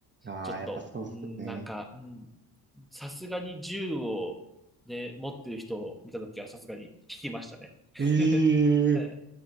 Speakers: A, on the right; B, in the centre.
A: ああ、
B: ちょっと、
A: やっぱそうっすよね。
B: うん、なんか、うん、さすがに銃を、ね、持ってる人を見たときはさすがに引きましたね。<laughs>
A: ええ
B: はい